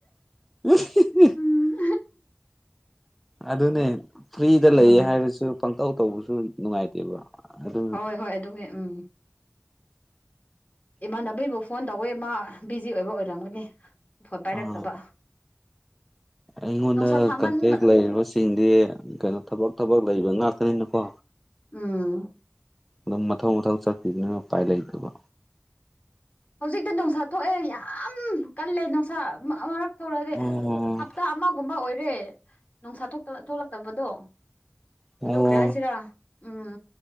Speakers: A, in the centre; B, on the left (about 45°).
A: <unintelligible>
B: ꯎꯝ
A: ꯑꯗꯨꯅꯦ ꯐ꯭ꯔꯤꯗ
B: ꯎꯝ
A: ꯂꯩꯌꯦ ꯍꯥꯏꯔꯁꯨ ꯄꯪꯇꯧ ꯇꯧꯕꯁꯨ ꯅꯨꯡꯉꯥꯏꯇꯦꯕ ꯑꯗꯨꯅ
B: ꯍꯣꯏ ꯍꯣꯏ ꯑꯗꯨꯒꯤ ꯎꯝ ꯏꯃꯥꯟꯅꯕꯤꯕꯨ ꯐꯣꯟ ꯇꯧꯋꯦ ꯃꯥ ꯕꯤꯖꯤ ꯑꯣꯏꯕ ꯑꯣꯏꯔꯝꯒꯅꯤ ꯐꯣꯟ ꯄꯥꯏꯔꯛꯇꯕ
A: ꯑꯥ ꯑꯩꯉꯣꯟꯗ
B: ꯅꯨꯡꯁꯥ ꯁꯥꯃꯟꯕ
A: ꯀꯟꯇꯦꯛ ꯂꯩꯔꯤꯕꯁꯤꯡꯗꯤ ꯀꯩꯅꯣ ꯊꯕꯛ ꯊꯕꯛ ꯂꯩꯕ ꯉꯥꯛꯇꯅꯤꯅꯀꯣ
B: ꯎꯝ
A: ꯗꯨꯝ ꯃꯊꯧ ꯃꯊꯧ ꯆꯠꯈꯤꯗꯅ ꯎꯄꯥꯏ ꯂꯩꯇꯕ
B: ꯍꯧꯖꯤꯛꯇꯤ ꯅꯨꯡꯁꯥ ꯊꯣꯛꯑꯦ ꯌꯥꯝ ꯀꯜꯂꯦ ꯅꯨꯡꯁꯥ ꯃ ꯑꯥ ꯃꯔꯛ ꯊꯣꯛꯔꯗꯤ
A: ꯑꯣ
B: ꯍꯞꯇꯥ ꯑꯃꯒꯨꯝꯕ ꯑꯣꯏꯔꯦ ꯅꯨꯡꯁꯥ ꯊꯣꯛꯇꯅ ꯊꯣꯛꯂꯛꯇꯕꯗꯣ
A: ꯑꯣ
B: ꯑꯗꯣ ꯀꯔꯤ ꯍꯥꯏꯁꯤꯔꯥ ꯎꯝ